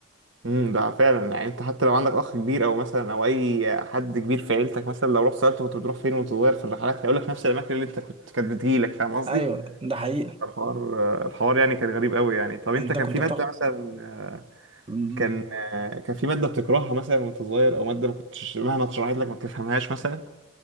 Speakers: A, on the right; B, on the right.
A: امم ده فعلا يعني انت حتى لو عندك اخ كبير او مثلا او اي حد كبير في عيلتك مثلا لو رحت سالته كنت بتروح فين وانت صغير في الرحلات هيقول لك نفس الاماكن اللي انت كنت كانت بتجيلك فاهم قصدي
B: ايوه ده حقيقة
A: الحوار الحوار يعني كان غريب قوي يعني طب انت
B: انت
A: كان
B: كنت
A: في ماده مثلا
B: بتاخد
A: كان كان في ماده بتكرهها مثلا وانت صغير او ماده ما كنتش مهما اتشرحت لك ما بتفهمهاش مثلا